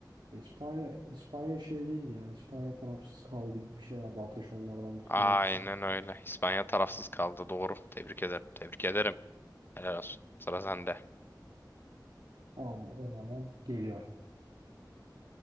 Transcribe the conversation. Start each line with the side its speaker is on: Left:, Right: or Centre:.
Right: İspanya, İspanya şey değil ya. İspanya tarafsız kaldı gibi bir şeylerdi. Ateş onlardan bir tık
Left: Aynen
Right: uzaktı sanki.
Left: öyle. İspanya tarafsız kaldı. Doğru. Tebrik ederim. Tebrik ederim. Helal olsun. Sıra sende.
Right: Abi o zaman geliyor.